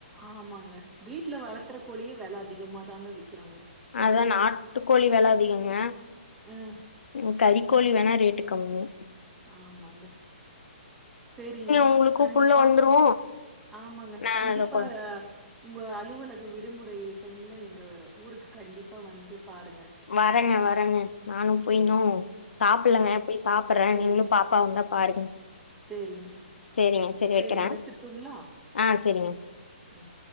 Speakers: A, in the centre; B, on the left.
A: ஆமாங்க வீட்ல வளத்தற கோழியே வெல அதிகமா தாங்க விக்கிறாங்க
B: அதா
A: இப்போ
B: நாட்டுக்கோழி வெல அதிகங்க
A: ஆ
B: ம் கறிக்கோழி வேணா ரேட்டு கம்மி
A: ஆமாங்க சேரிங்க
B: உங்களுக்கு
A: கண்டிப்பா
B: புள்ள வந்துரு
A: ஆமாங்க
B: நா
A: கண்டிப்பா
B: அத கொ
A: உங்க அலுவலக விடுமுறை டைம்ல எங்க ஊருக்கு கண்டிப்பா வந்து பாருங்க
B: வரங்க வரங்க நானும் பைய்னு சாப்பட்லங்க
A: ஆ
B: போய் சாப்பட்றே
A: சேரிங்க
B: நீங்களு பாப்பா வந்தா பாருங்க
A: சேரிங்க
B: சேரிங்க சேரி
A: சேரிங்க
B: வைக்கிறே
A: வெச்சுர்டுங்ளா
B: ஆ சேரிங்க
A: ம்